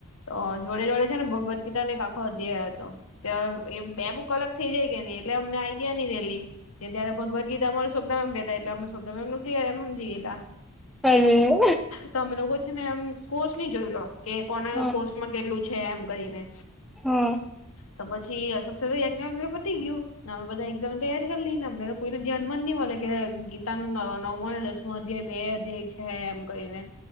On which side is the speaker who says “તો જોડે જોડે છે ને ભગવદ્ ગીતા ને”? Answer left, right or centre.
Left